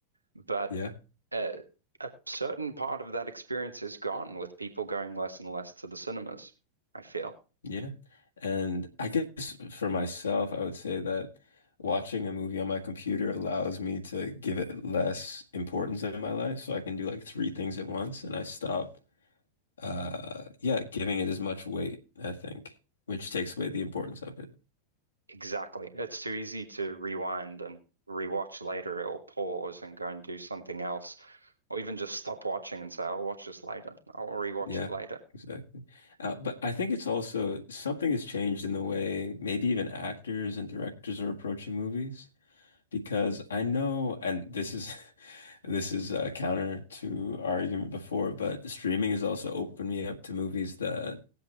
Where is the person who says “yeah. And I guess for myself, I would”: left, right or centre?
Left